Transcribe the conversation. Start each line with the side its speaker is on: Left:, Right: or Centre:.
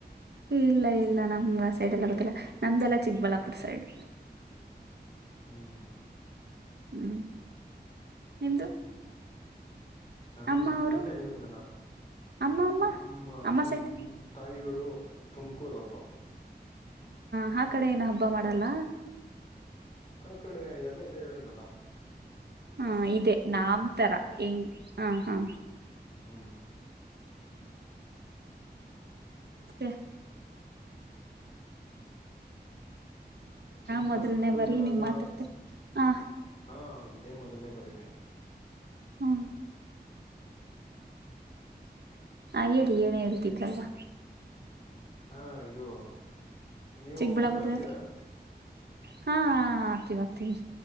Right: ಇಲ್ಲ ಇಲ್ಲ ನಮ್ಗ ಆ ಸೈಡ್ ಎಲ್ಲ ಗೊತ್ತಿಲ್ಲ ನಮ್ದಲ್ಲ ಚಿಕ್ಕಬಳ್ಳಾಪುರ ಸೈಡ್
Left: ಹ್ಮ್ ಹ್ಮ್
Right: ಹ್ಮ್ ನಿಮ್ದು
Left: ಹಾ
Right: ಅಮ್ಮ
Left: ನಮ್ದ
Right: ಅವರು
Left: ಇಲ್ಲ ಹೇಳುದ್ನಲ್ಲ
Right: ಅಮ್ಮ ಅಮ್ಮ
Left: ನಮ್ ನಮ್
Right: ಅಮ್ಮ ಸೈಡ್
Left: ತಾಯಿಯವರು ತುಮಕೂರು ಅವರು
Right: ಹ ಆ ಕಡೆ ಏನ ಹಬ್ಬ ಮಾಡಲ್ಲ
Left: ಆ ಕಡೆ ಎಲ್ಲಾ ಇದೆ ಹೇಳುದ್ಲ್ಲ
Right: ಹಾ ಇದೆ ನಾಮ್ ತರ ಹೆಂಗ ಹ ಹಾ
Left: ಹ್ಮ್
Right: ಮತ್ತೆ
Left: ಚಿಕ್ಕಬಳ್ಳಾಪುರದಲ್ಲಿ
Right: ಮೊದಲನೇ ಬಾರಿ
Left: ಇವಾಗ
Right: ನೀವ್ ಮಾತಾಡ್ತೀರಿ ಹ
Left: ಹಾ ಇದೇ ಮೊದಲನೇ ಬರಿನಯ
Right: ಹ್ಮ ಹಾ ಹೇಳಿ ಏನ ಹೇಳ್ತಿದ್ರಲ್ವಾ
Left: ಹಾ ಇದು ನೀವು
Right: ಚಿಕ್ಕಬಳ್ಳಾಪುರದಲ್ಲಿ
Left: ಓಟ್ ಹಾಕ್ತೀರಾ
Right: ಹಾ ಆಕ್ತಿವಿ ಆಕ್ತಿವಿ